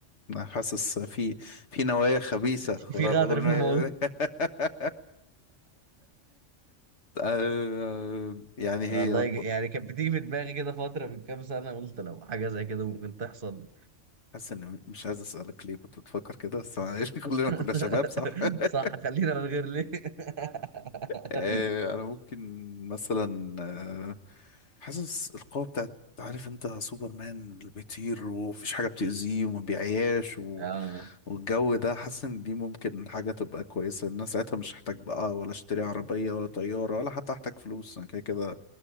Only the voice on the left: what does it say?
انا حاسس في في نوايا خبيثة
ورا
الأغنية
<laughs> آه، يعني
هي
ق-
حاسس ان مش عايز اسألك ليه كنت بتفكر كده بس معلش، <laughs> كلنا
كنا شباب صح <laughs>
آه، انا ممكن مثلا آه، حاسس القوة بتاعت عارف انت سوبرمان اللي بيطير ومفيش حاجة بتأذيه وما بيعياش و...
والجو ده حاسس ان دي ممكن حاجة تبقى كويسة الناس ساعتها مش هحتاج بقى ولا اشتري عربية ولا طيارة ولا حتى هحتاج فلوس انا كده كده